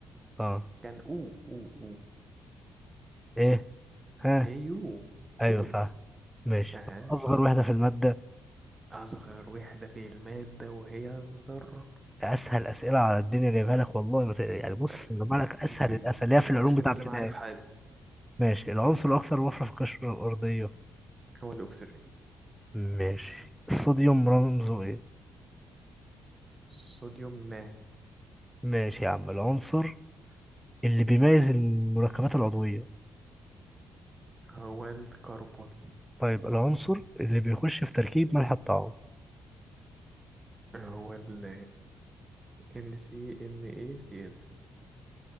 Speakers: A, in the centre; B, on the right.
A: اه
B: كان او او او
A: ايه ها
B: ايو
A: ايوه
B: او
A: صح ماشي
B: اها
A: طب اصغر وحده في الماده
B: اصغر وحدة في المادة وهي الذرة
A: اسهل اسئله على الدنيا جايبها لك والله ما ت- يعني بص
B: أه،
A: جايبها لك اسهل
B: د-
A: الاسئله اللي هي في العلوم
B: اقسم
A: بتاع
B: بالله
A: ابتدائي
B: ما عارف حاجة
A: ماشي العنصر الاكثر وفره في القشره الارضيه
B: هو الاكسجين
A: ماشي الصوديوم رمزه ايه
B: صوديوم ما
A: ماشي يا عم العنصر اللي بيميز المركبات العضويه
B: هو الكربون
A: طيب العنصر اللي بيخش في تركيب ملح الطعام
B: هو ال NaCl